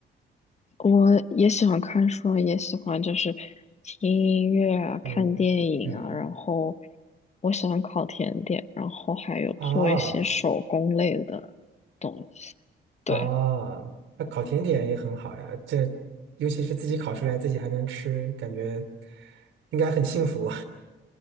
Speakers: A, on the left; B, on the right.
A: 我也喜欢看书，也喜欢就是听音乐啊、
B: 嗯嗯
A: 看电影啊，然后我喜欢烤甜点，然后还有做一些手工类的东西。
B: 啊。哦
A: 对，
B: 啊，那烤甜点也很好呀，这尤其是自己烤出来，自己还能吃，感觉应该很幸福，